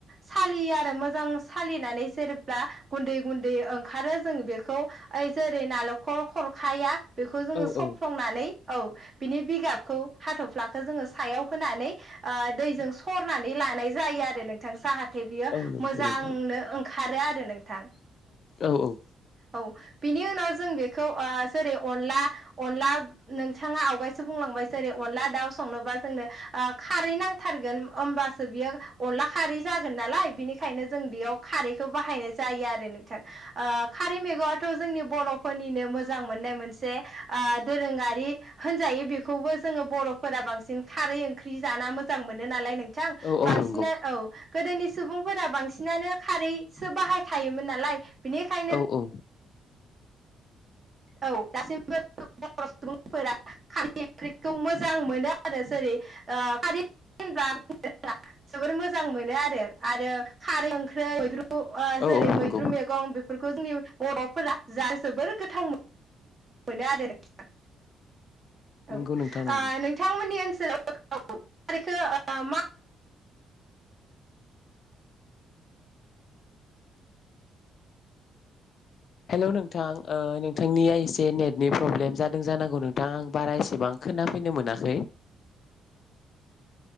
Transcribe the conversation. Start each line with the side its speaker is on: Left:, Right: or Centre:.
Right: सालियो आरो मोजां सालिनानै जेब्ला गुन्दै गुन्दै ओंखारो जों बे खौ ओइ जेरै नालेंखर हरखाया बेखौ जोङो
Left: औ
Right: सफ्लंनानै
Left: औ
Right: औ बिनि बिगाबखौ हाथ'फ्लाखौ जोङो सायाव होनानै ओ दैजों सरनानै ला लानाय जायो आरो नोंथां जाहाथे बियो
Left: औ नंगौ
Right: मोजांनो
Left: नोंथां
Right: ओंखारो आरो नोंथां
Left: औ औ
Right: औ बिनि उनाव जों बेखौ ओ जेरै अनला अनला नोंथाङा आवगायसो बुंलांबाय- जेरै अनला दाउ संनोबा जोंनो ओ खारै नांथारगोन अमबा बियो अनला खारि जागोन नालाय बिनिखायनो जों बेयाव खारैखौ बाहायनाय जायो आरो नोंथां ओ खारि मैगंआथ' जोंनि बर'फोरनिनो मोजां मोननाय मोनसे ओ दोरोङारि होनजायो बेखौबो जोङो बर'फोरा बांसिन खारै ओंख्रि जाना मोजां मोनो नालाय नों नोंथां
Left: औ
Right: बांसिना
Left: औ नंगौ
Right: औ गोदोनि सुबुंफोरा बांसिनानो खारैसो बाहायखायोमोन नालाय बिनिखाय
Left: औ औ
Right: औ दासिमबो बर' सुबुंफोरा खारै ओंख्रिखौ मोजां मोनो आरो जेरै ओ खारै होनब्ला जोबोर मोजां मोनो आरो आरो खारै ओंख्रि मैद्रु ओ
Left: औ
Right: जेरै
Left: औ नंगौ
Right: मैद्रु मैगं बेफोरखौ जोंनि बर'फोरा जा जोबोर गोथाव मोनो मोनो आरो नोंथां
Left: नंगौ
Right: औ ओ
Left: नोंथां नंगौ
Right: नोंथांमोननि ओनसोलाव खारिखौ ओ मा
Left: हेलौ नोंथां ओ नोंथांनिया एसे नेटनि प्रब्लेम जादों जानांगौ नोंथां आं बारा एसेबां खोनाफैनो मोनाखै
Right: <inaudible>